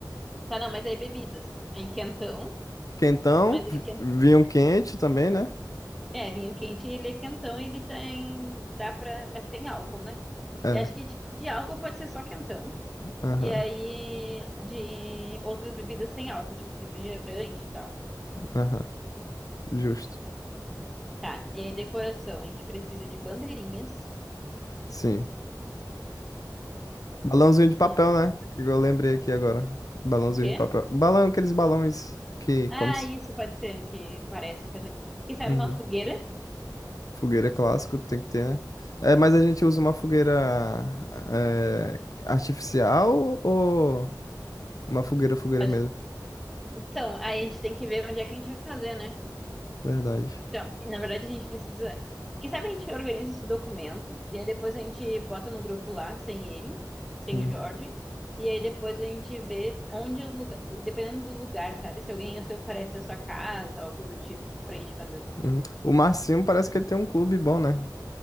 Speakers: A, in the centre; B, on the left.
A: Tá, não, mas aí bebidas. É em quentão,
B: Quentão,
A: mas é
B: vi-
A: quentão.
B: vinho quente também, né?
A: É, vinho quente, ele é quentão, ele tem. Dá pra. Mas tem álcool, né?
B: É,
A: Eu acho que de, de álcool pode ser só quentão.
B: aham,
A: E aí, de outras bebidas sem álcool, tipo refrigerante e tal. Tá.
B: aham, justo.
A: Tá, e aí decoração, a gente precisa de bandeirinhas.
B: Sim. Balãozinho de papel,
A: Ahn,
B: né? Que eu lembrei aqui agora. Balãozinho
A: o quê?
B: de papel. Balão, aqueles balões que,
A: Ah,
B: como se...
A: isso pode ser que parece que a gente... Que sabe
B: Uhum.
A: uma fogueira?
B: Fogueira é clássico, tem que ter, né? É, mas a gente usa uma fogueira é, artificial ou uma fogueira, fogueira
A: Pode-
B: mesmo?
A: Então, aí a gente tem que ver onde é que a gente vai fazer, né?
B: Verdade.
A: Então, e na verdade a gente precisa... Que sabe a gente organiza esse documento e aí depois a gente bota no grupo lá, sem ele, sem
B: Uhum,
A: o Jorge. E aí depois a gente vê onde os lugares... Dependendo do lugar, sabe? Se alguém se oferece a sua casa, algo do tipo, pra gente fazer.
B: uhum. O Marcinho parece que ele tem um clube bom, né?